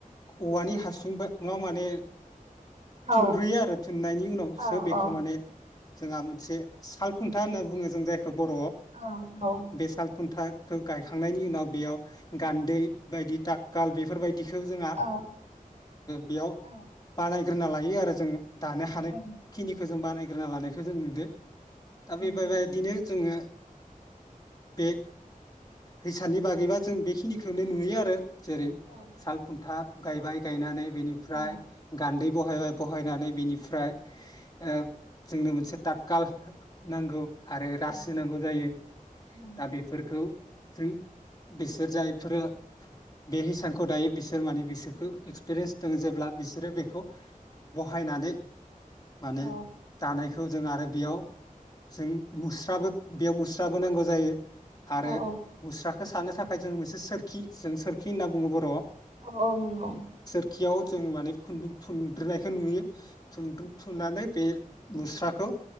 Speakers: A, on the left; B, on the right.
A: औवानि हासुं मा माने
B: औ
A: थुनब्रोयो आरो थुननायनि उनावसो
B: औ
A: बेखौ
B: औ
A: माने जोंहा मोनसे साल खुन्था होनना बुङो जों जाय बर'आव
B: औ औ
A: बे साल खुन्था खौ गायखांनायनि उनाव बेयाव गान्दै बायदि ततखाल बेफोरबायदि जोंहा
B: औ
A: बेयाव
B: औ
A: बानाय ग्रोना लायो आरो जोङो दानो हानाय
B: औ
A: खिनिखौ जों बानायग्रोना लानाय खौ जों नुदो। दा बेफोरबायदिनो
B: नंगौ
A: जोंङो बे हैसानि बागैबा जों बेखिनिखौनो नुयो आरो जेरै
B: औ
A: साल खुन्था गायबाय गायनानै बेनिफ्राय
B: औ
A: गान्दै बहायबाय बहायनानै बेनिफ्राय जोंनो मोनसे ततखाल नांगौ। आरो रासो
B: औ
A: होनांगौ जायो
B: औ
A: दा बेफोरखौ जों बिसोर जायफोरो बे हिसानखौ दायो बिसोर माने बिसोरखौ एक्पिरियेन्स दं जेब्ला बिसोर बे खौ बहायनानै माने
B: औ
A: दानाय खौ जों आरो बेयाव जै मुस्राबो बेयाव मुस्राबो नांगौ जायो। आरो
B: औ औ।
A: मुस्राखौ सानो थाखाय जों मोनसे सोरखि जों सोरखि होनना बुङो बर आव।
B: औ औ नंगौ।
A: खियाव जों माने खुन्दुं थुग्रोनायखौ नुयो। थुनदु थुननानै बे मुस्राखौ